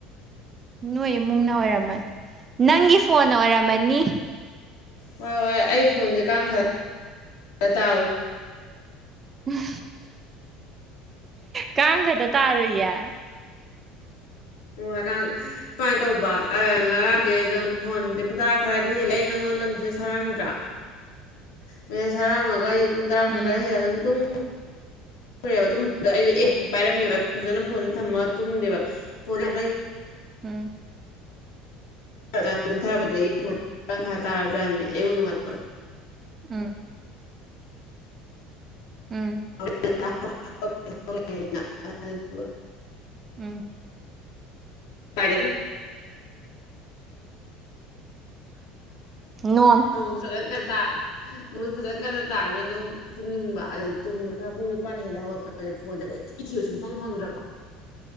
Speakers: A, on the right; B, on the left.
A: ꯅꯣꯏ ꯏꯃꯨꯡꯅ ꯑꯣꯏꯔꯝꯃꯅꯤ ꯅꯪꯒꯤ ꯐꯣꯟꯅ ꯑꯣꯏꯔꯝꯃꯅꯤ
B: ꯍꯣꯏ ꯍꯣꯏ ꯑꯩ ꯐꯣꯟꯁꯦ ꯀꯥꯡ ꯈꯔ ꯇꯥ
A: ꯎꯝ ꯀꯥꯡꯒꯗ ꯇꯥꯔꯨ ꯌꯥ
B: ꯍꯀ ꯁꯨꯃꯥꯏꯅ ꯇꯧꯕ ꯉꯔꯥꯡꯁꯦ ꯑꯗꯨꯝ ꯐꯣꯟꯁꯦ ꯄꯨꯡ ꯇꯔꯥ ꯈꯔꯗꯤ ꯍꯦꯜꯂꯛꯏꯉꯣꯟ ꯑꯩꯉꯣꯟꯗ ꯃꯦꯁꯦꯖ ꯊꯥꯔꯝꯗ꯭ꯔꯥ ꯃꯦꯁꯦꯖ ꯊꯥꯔꯝꯃꯒ ꯍꯥꯏꯗꯤ ꯄꯨꯡ ꯇꯔꯥ ꯃꯈꯥꯏ
A: ꯎꯝ
B: ꯈꯔ ꯍꯦꯂ ꯑꯗꯨꯝꯨꯡ ꯦ ꯑꯩ ꯄꯥꯏꯔꯝꯃꯦꯕ ꯐꯖꯅ ꯐꯣꯟ ꯊꯝꯃꯒ ꯇꯨꯝꯗꯦꯕ ꯐꯣꯟꯦ ꯑ
A: ꯎꯝ
B: ꯗ ꯔꯕꯗ ꯇꯈꯥ ꯇꯥꯔꯕꯖꯥꯠꯅꯤ ꯑꯌꯨꯛ ꯅꯣꯡꯉꯜ
A: ꯎꯝ ꯎꯝ
B: <unintelligible> ꯜ
A: ꯎꯝ
B: ꯅ ꯑ
A: ꯅꯣꯟ
B: ꯣꯡ ꯁ ꯅꯉꯣꯟꯠ ꯐꯖꯅ ꯀꯟꯅ ꯇꯥꯔꯅꯤꯅ ꯑꯗꯨꯝ ꯇꯨꯝꯅꯤꯡꯕ ꯑꯗꯨꯗꯤ ꯇꯨꯝꯃꯦ ꯈꯔ ꯄꯨꯡ ꯅꯤꯄꯥꯟ ꯍꯦꯜꯂ ꯍꯧꯒꯠꯄ ꯤ ꯁꯨꯝꯪ ꯐꯪꯗ꯭ꯔꯕ